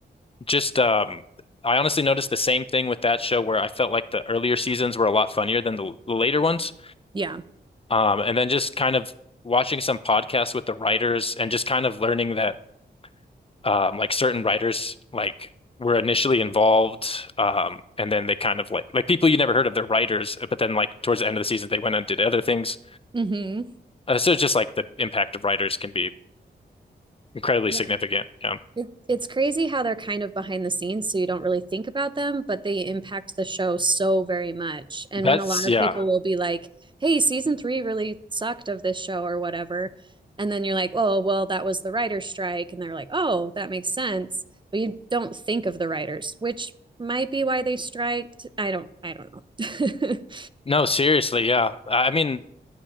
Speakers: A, on the left; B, on the right.
A: just, um, I honestly noticed the same thing with that show where I felt like the earlier seasons were a lot funnier than the, the later ones.
B: Yeah.
A: Um, and then just kind of watching some podcasts with the writers and just kind of learning that um, like certain writers like were initially involved um, and then they kind of like like people you never heard of, they're writers, but then like towards the end of the season they went and did other things.
B: Mm-hmm.
A: Uh, so just like the impact of writers can be incredibly
B: Yeah.
A: significant. Yeah.
B: It, it's crazy how they're kind of behind the scenes, so you don't really think about them, but they impact the show so very much. And
A: That's
B: when a lot of
A: yeah.
B: people will be like, hey, season three really sucked of this show or whatever. And then you're like, oh, well, that was the writer's strike. And they're like, oh, that makes sense. But you don't think of the writers, which might be why they striked. I don't, I don't know. <laughs>
A: No, seriously, yeah. I I mean,